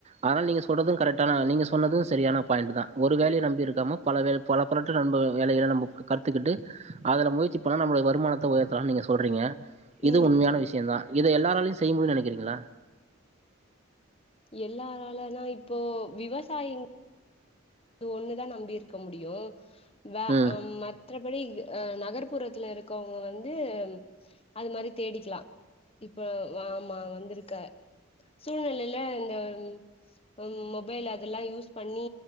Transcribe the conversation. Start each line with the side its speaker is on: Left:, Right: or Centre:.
Right: அதனா நீங்க சொல்றது கரெக்டான நீங்க சொன்னது சரியான பாயிண்ட் தா ஒரு வேலைய நம்பி இருக்காம பல வே பல பறட்டு நண்ப வேலைகள நம்ம கத்துக்கிட்டு அதல முயற்சி பண்ணனா நம்முடைய வருமானத்த உயர்த்தலா நீங்க சொல்றீங்க இது
Left: ம்
Right: உண்மையான
Left: ஆமா
Right: விஷயோ தா இத எல்லாராலயு செய்ய முடியுனு நெனைக்கிறீங்களா
Left: எல்லாராலனா இப்போ விவசாயிங் அது ஒன்னுதா நம்பி இருக்க முடியு வே
Right: ம்
Left: அ மத் மற்றபடி அ நகர்ப்புறத்துல இருக்கவங்க வந்து அது மாரி தேடிக்கலா இப்ப வ ஆமா வந்திருக்க சூழ்நிலையில இந்த உங் மொபைல் அதெல்லா யூஸ் பண்ணி